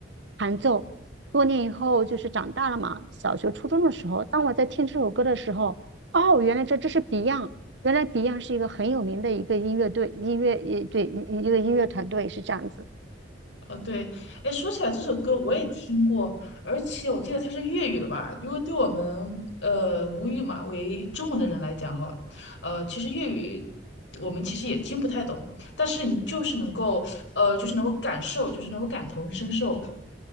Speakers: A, on the right (about 70°); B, on the left (about 75°).
A: 弹奏。多年以后，就是长大了嘛，小学、初中的时候，当我在听这首歌的时候，哦，原来这这是 Beyond。原来 Beyond 是一个很有名的一个音乐队，音乐也对一一个音乐团队是这样子。
B: 哦，对，哎，说起来这首歌我也听过，而且我记得它是粤语的吧？因为对我们呃母语嘛为中文的人来讲哈，呃，其实粤语我们其实也听不太懂，但是你就是能够呃，就是能够感受，就是能够感同身受。